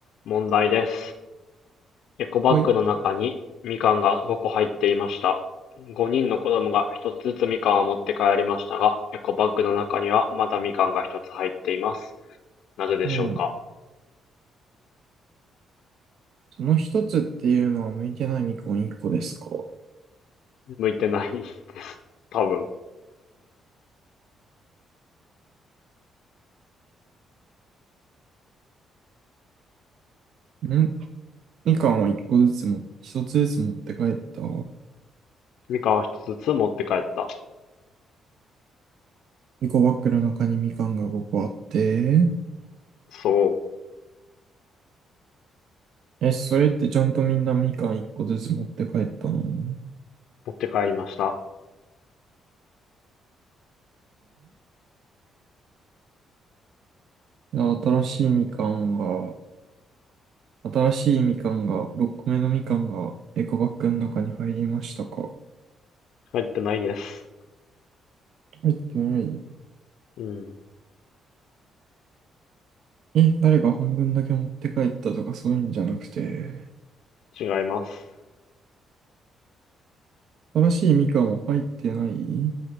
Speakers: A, on the left; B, on the right.
A: 問題です。エコバッグの中に、
B: はい。
A: みかんが5個入っていました。5人の子供が1つずつみかんを持って帰りましたが、エコバッグの中にはまだみかんが1つ入っています。なぜでしょうか。
B: うん。その一つっていうのは向いてないみかん一個ですか
A: 向いてない。<laughs> 多分。
B: んみかんを一個ずつも、一つずつ持って帰った
A: みかんを一つずつ持って帰った。
B: エコバッグの中にみかんが5個あって。
A: そう。
B: え、それってちゃんとみんなみかん一個ずつ持って帰ったのん
A: 持って帰りました。
B: いや、新しいみかんが、新しいみかんが、6個目のみかんがエコバッグの中に入りましたか
A: 入ってないです。
B: 入ってない
A: うん。
B: え、誰が半分だけ持って帰ったとかそういうんじゃなくて。
A: 違います。
B: 新しいみかんは入ってない